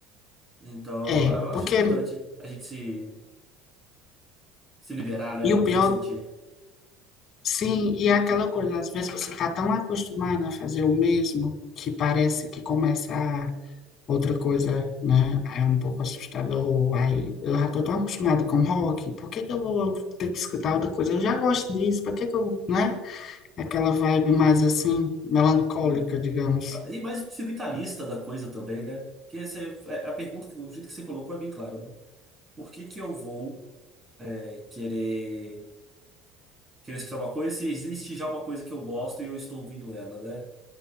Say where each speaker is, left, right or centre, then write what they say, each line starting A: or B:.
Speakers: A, on the right; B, on the left.
A: Então
B: É,
A: eu acho
B: porque,
A: importante a gente se, se liberar, né,
B: e o pior,
A: pra sentir.
B: sim, e é aquela coisa, às vezes você tá tão acostumado a fazer o mesmo que parece que começa a Outra coisa, né, é um pouco assustador. ai eu já tô tão acostumado com rock, por que que eu vou ter que escutar outra coisa? Eu já gosto disso, por que que eu, né? Aquela vibe mais assim, melancólica,
A: Hum.
B: digamos.
A: E mais o utilitarista da coisa também, né? Porque você, a a pergunta, que- o jeito que você colocou é bem claro, né? Por que que eu vou é, querer. querer escutar uma coisa se existe já uma coisa que eu gosto e eu estou ouvindo ela, né?